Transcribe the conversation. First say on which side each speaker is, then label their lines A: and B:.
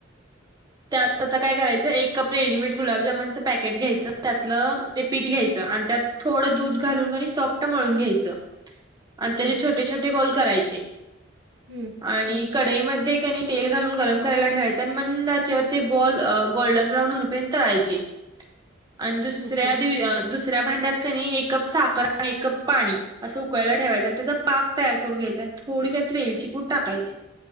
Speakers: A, on the right; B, on the right.
A: त्यात आता काय करायचं एक कप रेडीमेड गुलाबजामनचं पॅकेट घ्यायचं त्यातलंते पीठ घ्यायचं आणि त्यात. थोडं दूध घालून सॉफ्ट मळून घ्यायचं आणि
B: हं.
A: त्याचे छोटे छोटे बॉल करायचे.
B: हम्म...
A: आणि कडाईमध्ये कणी तेल घालून गरम करायला ठेवायचं आणि मंदाचेवर. ते बॉल गोल्डन ब्राउन होऊपर्यंत तळायचे आणि दुसऱ्या
B: ओके.
A: दु दुसऱ्या भांड्यात कनी एक कप साखर आणि एक कप पाणी असं उकलायला ठेवायचं आणि त्याच पाक तयार करून घ्यायचा
B: हं.
A: आणि थोडी त्यात वेलची पूट टाकायची